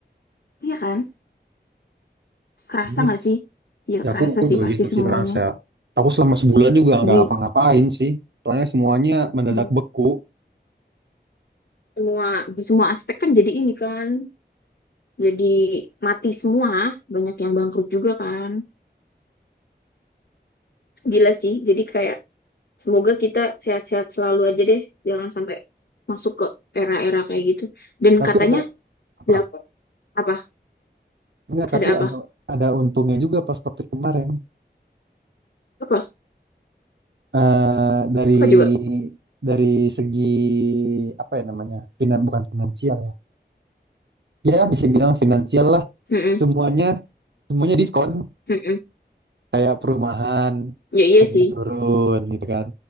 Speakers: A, on the left (about 70°); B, on the right (about 75°).
A: Iya kan? Kerasa
B: ini
A: nggak sih? Ya
B: Ya
A: kerasa
B: aku aku juga
A: sih pasti
B: gitu
A: semuanya.
B: sih kerasa. Aku selama sebulan juga
A: Di,
B: nggak ngapa-ngapain sih. Soalnya semuanya mendadak
A: di
B: beku.
A: semua di semua aspek kan jadi ini kan jadi mati semua, banyak yang bangkrut juga kan. Gila sih. Jadi kayak Semoga kita sehat-sehat selalu aja deh. Jangan sampai masuk ke era-era kayak gitu. Dan
B: Tapi
A: katanya,
B: ada apa?
A: belakang apa?
B: Enggak,
A: Ada
B: tapi
A: apa?
B: ada ada untungnya juga pas COVID kemarin.
A: Apa?
B: Eh dari
A: Apa coba?
B: dari segi apa ya namanya? Finan bukan finansial ya. Ya bisa bilang finansial lah.
A: Mm-mm.
B: Semuanya semuanya diskon.
A: Mm-mm.
B: Kayak perumahan
A: Ya iya
B: harganya
A: sih.
B: turun gitu kan.